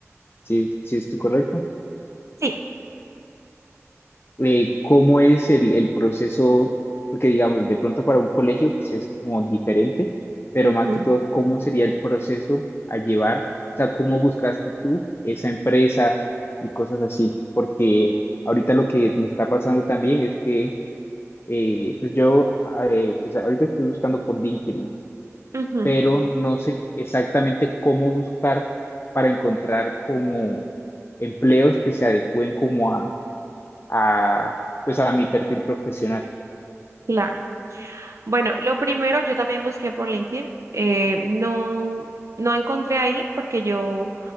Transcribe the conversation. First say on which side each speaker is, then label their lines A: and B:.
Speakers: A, on the left; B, on the right.
A: ¿sí, sí estoy correcto?
B: Sí.
A: Eh, ¿cómo es el, el proceso? Porque digamos, de pronto para un colegio pues es como diferente, pero
B: Ujú,
A: más que todo, ¿cómo sería el proceso a llevar? O sea, ¿cómo buscaste tú esa empresa y cosas así? Porque ahorita lo que me está pasando también es que eh, pues yo ah, eh, pues ahorita estoy buscando por LinkedIn.
B: ujú,
A: pero no sé exactamente cómo buscar para encontrar como empleos que se adecúen como a, a, pues a mi perfil profesional.
B: claro. Bueno, lo primero, yo también busqué por LinkedIn. eh, no, no encontré ahí porque yo